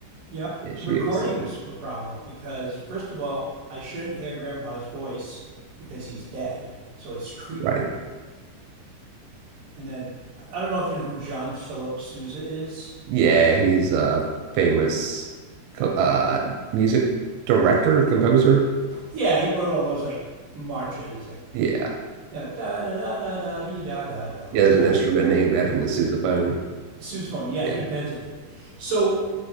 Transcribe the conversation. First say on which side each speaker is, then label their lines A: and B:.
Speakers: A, on the right; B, on the right.
A: Yeah,
B: issue.
A: recording
B: So,
A: was a problem because first of all, I shouldn't hear Grandpa's voice because he's dead, so it's creepy.
B: right.
A: And then I don't know if you know who John Philip Sousa is.
B: Yeah, he's a famous co- uh music director, composer.
A: Yeah, he wrote all those like marches, like
B: Yeah.
A: da da da da da da da da da
B: Yeah, there's
A: da
B: an instrument
A: da
B: named after him, the sousaphone.
A: The sousaphone, yeah,
B: Yeah.
A: he invented it. So